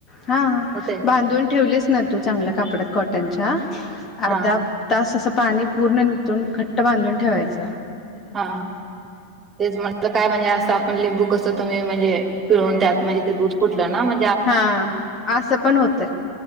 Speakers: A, on the left; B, on the right.
A: हां
B: होतंय?
A: बांधुन ठेवलेस ना तु चांगल्या कापडात कॉटनच्या
B: हां,
A: अर्ध्या तास अस पाणी पुर्ण निथळून घट्ट बांधुन ठेवायच
B: हां तेच म्हटल काय म्हणजे आपण लिंबु कस तुम्ही म्हणजे पिळुन त्यात म्हणजे ते दुध फुटल ना म्ह
A: हां अस पण होतय